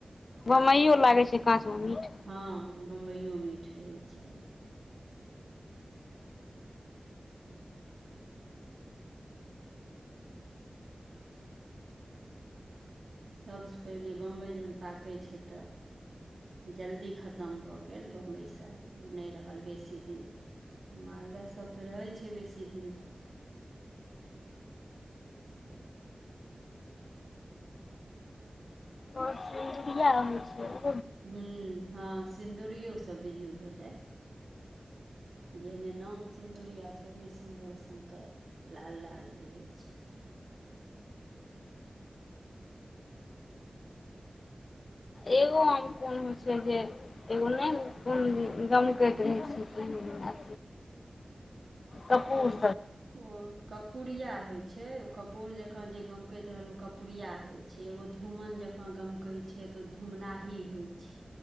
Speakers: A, on the left (about 70°); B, on the right (about 70°).
A: बम्बइयो लागै छै काँचमे मीठ
B: ह बम्बइयो मीठ रहै छै सभसँ पहिले बम्बइ जखन पाकै छै त जल्दी खतम भऽ गेल बम्बइसँ ओ नइ रहल बेसी दिन तक मालदह सब तऽ रहय छै बेसी दिन तक
A: हो जी ड़िया रहै छियै
B: हं हँ सिन्दूरियो सब बीज्जू भेलै जेहने नाम सिन्दूरिया छय ओहने सिन्दूर सन तऽ लाल लाल रहै छय
A: एगो आम कोन होइ छय जे एगो नय कोन दम करैत रहै छै सबी ब कपूर
B: ओ कर्पूरिया होय छय ओ कर्पूर जखन जे गमकैत रहल ओ कर्पूरिया होय छै छै एगो धूमन जकाँ गमकै छै तऽ ओ धूमनाही होइत छय